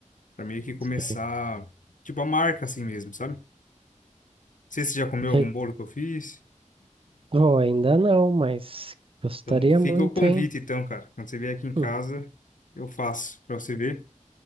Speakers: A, on the left (about 85°); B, on the right (about 45°).
A: para meio que começar
B: sei.
A: tipo a marca assim mesmo, sabe? Não sei se você já comeu
B: Se-
A: algum bolo que eu fiz.
B: Oh, ainda não, mas gostaria
A: Então fica
B: muito,
A: o convite
B: hein?
A: então, cara. Quando você vier aqui em casa,
B: Hum,
A: eu faço para você ver.